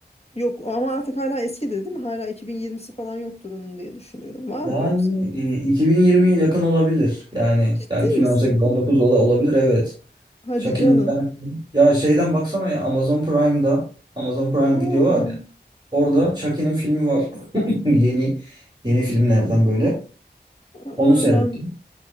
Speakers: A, on the left; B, on the right.
A: yok ama artık hala eski de değil mi hala 2020'si falan yoktur onun diye düşünüyorum var
B: Yani
A: mı yoksa
B: e, 2020'ye yakın olabilir. Yani
A: ciddi
B: yani 2018,
A: misin
B: 19 ola- olabilir evet.
A: hadi
B: Chucky'nin
A: canım
B: bir tane filmi- Ya şeyden baksana ya Amazon Prime'da Amazon Prime
A: aa,
B: Video var ya. Orada Chucky'nin filmi var. <laughs> Yeni yeni filmlerden böyle.
A: aa
B: Onu seyrettim.
A: ben